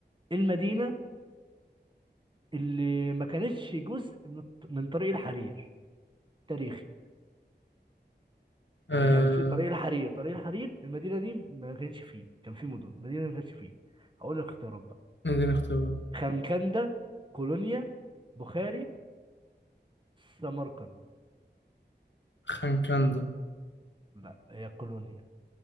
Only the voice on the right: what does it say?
المدينة اللي ما كانتش جزء من الط- من طريق الحرير تاريخي
يعني كان في طريق الحرير طريق الحرير المدينة دي ما كانش فيه كان في مدن المدينة دي ما كانش فيه هقول لك اختيارات
خنكندة كولونيا بخاري سمرقند
لا هي كولونيا